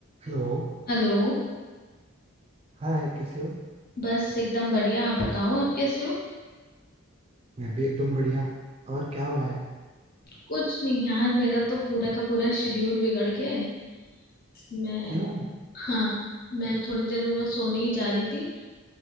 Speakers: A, on the right; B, on the left.
A: Hello
B: Hello
A: Hi कैसे हो
B: बस एकदम बढ़िया आप बताओ आप कैसे हो
A: मैं भी एकदम बढ़िया और क्या हो रहा है
B: कुछ नहीं यार मेरा तो पूरा का पूरा शेड्यूल बिगड़ गया है मैं
A: क्यों
B: हाँ मैं थोड़ी देर में बस सोने ही जा रही थी